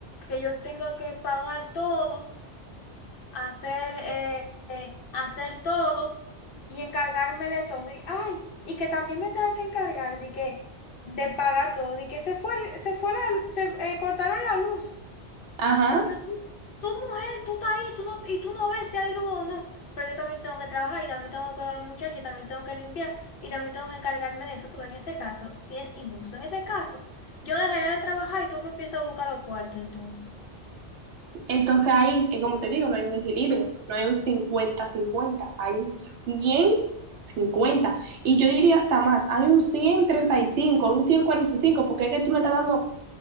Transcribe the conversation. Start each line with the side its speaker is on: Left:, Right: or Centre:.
Left: que yo tenga que pagar todo. hacer, eh, eh, hacer todo y encargarme de todo. Y, ay, y que también me tenga que encargar de que, de pagar todo, de que se fue, el- se fue la, se eh, cortaron la luz.
Right: Ajá.
Left: Ah, pero tú, tú, mujer, tú estás ahí, tú no, y tú no ves si hay luz o no. Pero yo también tengo que trabajar y también tengo que cuidar a los muchachos y también tengo que limpiar y también tengo que encargarme de eso. Tú ves, en ese caso, si es injusto. En ese caso, yo dejaría de trabajar y tú que empiezas a buscar los cuartos entonces.
Right: Entonces ahí, eh, como te digo, no hay un equilibrio, no hay un cincuenta cincuenta hay un cien cincuenta Y yo diría hasta más, hay un ciento treinta y cinco un ciento cuarenta y cinco porque es que tú me estás dando,